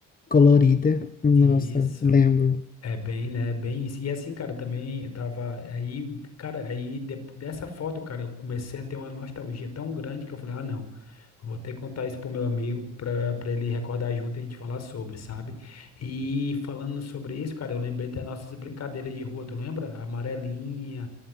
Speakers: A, on the left; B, on the left.
A: colorida. Nossa,
B: isso.
A: lembro.
B: É bem, né? Bem isso. E assim, cara, também eu tava. Aí, cara, aí de- dessa foto, cara, eu comecei a ter uma nostalgia tão grande que eu falei, ah, não, eu vou ter que contar isso pro meu amigo pra, pra ele recordar junto e a gente falar sobre, sabe? E falando sobre isso, cara, eu lembrei das nossas brincadeiras de rua, tu lembra? Amarelinha,